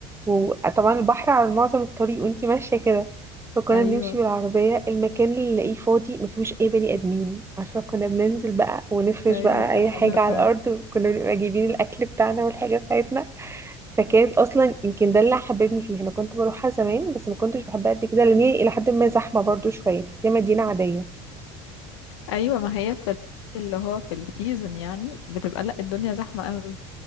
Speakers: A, on the right (about 15°); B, on the left (about 80°).
A: وطبعا البحر على معظم الطريق وانتي ماشيه كده فكنا
B: ايوه
A: بنمشي بالعربيه المكان اللي نلاقيه فاضي ما فيهوش اي بني ادمين عارفه كنا بننزل بقى ونفرش
B: ايوه
A: بقى
B: ده
A: اي
B: حلو
A: حاجه على
B: قوي
A: الارض وكنا بنبقى جايبين الاكل بتاعنا والحاجه بتاعتنا فكانت اصلا يمكن ده اللي حببني فيها انا كنت بروحها زمان بس ما كنتش بحبها قد كده لان هي الى حد ما زحمه برضو شويه تحسيها مدينه عاديه
B: ايوه ما هي في الوقت اللي هو في السيزون يعني بتبقى لا الدنيا زحمة قوي